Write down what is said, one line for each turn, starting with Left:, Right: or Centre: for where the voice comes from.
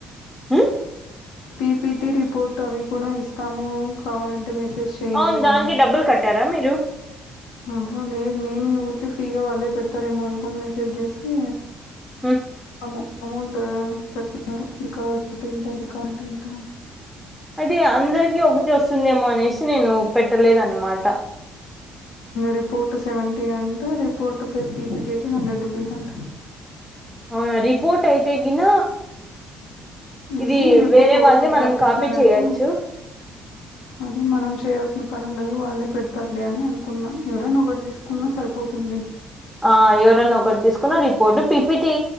Centre: ఉమ్
Left: పీపీటి రిపోర్ట్ అవి కూడా ఇస్తాము కావాలంటే మెసేజ్ చేయండి
Centre: అవును దానికి
Left: అని
Centre: డబ్బులు కట్టారా మీరు
Left: ఆహా లేదు నేను ఊరికే ఫ్రీగా వాళ్ళే పెడతారేమో అనుకుని మెసేజ్ చేస్తే
Centre: హమ్
Left: అమ్మో అమౌంట్ పెట్టిన్నారు ఇది కావాలంటే ఇంత ఇది కావాలంటే ఇంత
Centre: అదతే అందరికిీ ఒకటి వస్తుందేమో అనేసి నేను పెట్టలేదు అనమాట
Left: రిపోర్టు సెవెంటీ అంట రిపోర్ట్ ప్లస్ పీపీటీ అయితే హండ్రెడ్ రూపీస్ అంట
Centre: అవునా రిపోర్ట్ అయితే గిన
Left: అంటే
Centre: ఇది
Left: రిపోర్ట్
Centre: వేరే
Left: గూగుల్
Centre: వాళ్ళే మనం
Left: వాళ్ళు ఇచ్చినారనుకో
Centre: కాపీ చేయొచ్చు
Left: అదే మనం చేయాల్సిన పని ఉండదు వాళ్ళే పెడతారులే అని అనుకున్నా ఎవరైనా ఒకటి తీసుకున్నా సరిపోతుంది
Centre: ఆ ఎవరన్నా ఒకటి తీసుకున్న రిపోర్ట్ పిపిటీ